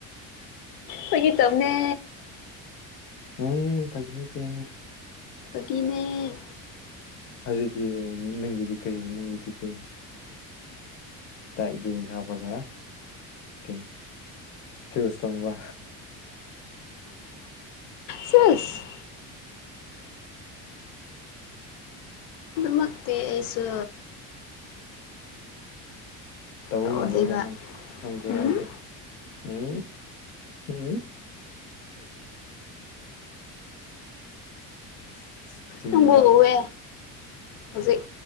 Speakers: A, on the left; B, on the left.
A: ꯐꯥꯒꯤ ꯇꯣꯕꯅꯦ
B: ꯎ ꯐꯥꯒꯅꯦ ꯇ
A: ꯐꯒꯤꯅꯦ
B: ꯑꯗꯨꯗꯤ ꯅꯪꯒꯤꯗꯤ ꯀꯩ ꯅꯪꯒꯤꯗꯤ ꯀꯩ ꯇꯖ ꯁꯥꯥꯕ ꯀꯥ ꯀ ꯈꯔꯣꯁ ꯇꯣꯡꯕ
A: ꯁꯤꯁ ꯈꯨꯛꯇ ꯑꯩꯁꯨ
B: ꯇꯧꯕ
A: ꯇꯧꯗꯦꯕ
B: ꯃꯥꯂꯦꯗ ꯅꯪ ꯅꯪꯒꯨ
A: ꯎꯝ
B: ꯍꯥꯏꯗꯣ ꯎꯝ ꯍꯦ <inaudible> <inaudible> ꯁꯤꯅꯤꯗ
A: ꯅꯪꯕꯋꯦ ꯍꯧꯖꯤꯛ